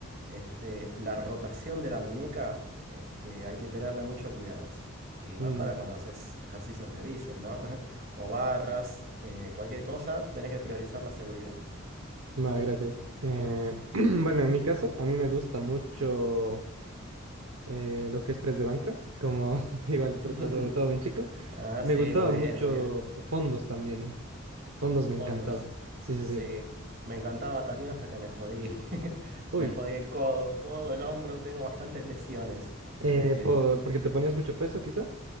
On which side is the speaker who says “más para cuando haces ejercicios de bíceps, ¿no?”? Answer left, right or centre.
Right